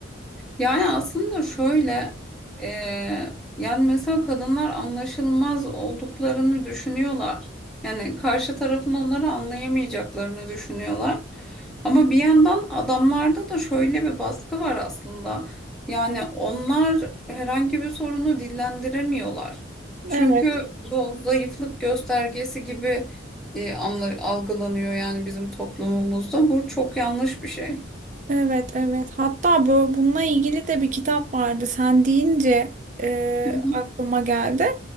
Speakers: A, in the centre; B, on the right.
A: Yani aslında şöyle, e, yani mesela kadınlar anlaşılmaz olduklarını düşünüyorlar. Yani karşı tarafın onları anlayamayacaklarını düşünüyorlar. Ama bir yandan adamlarda da şöyle bir baskı var aslında. Yani onlar herhangi bir sorunu dillendiremiyorlar. Çünkü
B: Evet,
A: bu zayıflık göstergesi gibi e, anla- algılanıyor yani bizim toplumumuzda. Bu çok yanlış bir şey.
B: evet, evet. Hatta bu, bununla ilgili de bir kitap vardı. Sen deyince e,
A: Hı hı.
B: aklıma geldi.